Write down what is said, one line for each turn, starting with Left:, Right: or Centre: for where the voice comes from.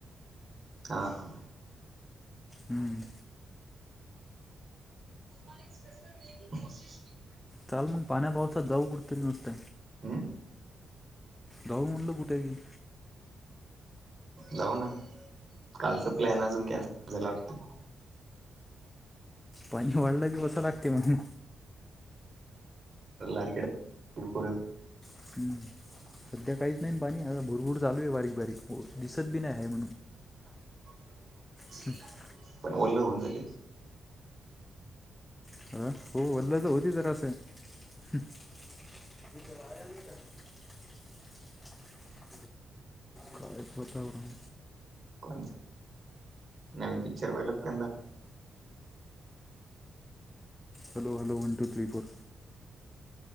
Right: <inaudible> हा हा.
Left: <inaudible> हम्
Right: कल एक्सप्रेस मिलने की कोशिश की.
Left: चाल मग पाण्या भोवत जाऊ कुठतरी मस्त.
Right: हम्म.
Left: जाऊ म्हटलं कुठेतरी.
Right: जाऊ ना, कालच प्लॅन अजून कॅन्सल झाला वाटत.
Left: पाणी वळलं की वसं लागते म्हणून.
Right: <inaudible> <unintelligible>
Left: <inaudible> सध्या काहीच नाही पाणी, आता भुरभुर चालू आहे बारीक बारीक दिसत बी नाही आहे म्हणून.
Right: <inaudible>
Left: <inaudible>
Right: पण ओलं होऊन जाईल.
Left: <unintelligible> हो वल्ल तर होऊ दे जरासं हम् <unintelligible> <inaudible> काय करताव <unintelligible>
Right: कोणचं? नवीन पिक्चर बघायलात कंदा.
Left: Hello hello one, two, three, four..